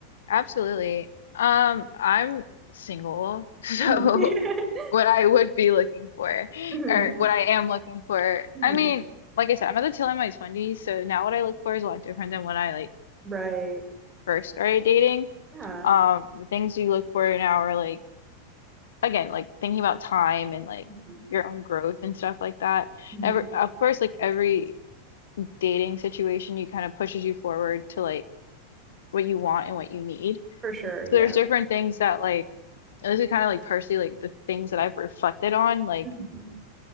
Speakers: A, on the left; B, on the right.
A: absolutely. Um, I'm single, <laughs> so
B: Mhm. <laughs>
A: what I would be looking for,
B: Mhm.
A: or what I am looking for,
B: Mhm.
A: I mean, like I said, I'm at the tail end of my 20s, so now what I look for is a lot different than when I like
B: Right.
A: first started dating.
B: Yeah.
A: Um, the things you look for now are like again, like thinking about time and like
B: Mhm.
A: your own growth and stuff like that.
B: Mhm.
A: Ever, of course, like every dating situation, you kind of pushes you forward to like what you want and what you need.
B: For sure. Yeah.
A: So there's different things that like, and this is kind of like personally like the things that I've reflected on. Like
B: Mhm.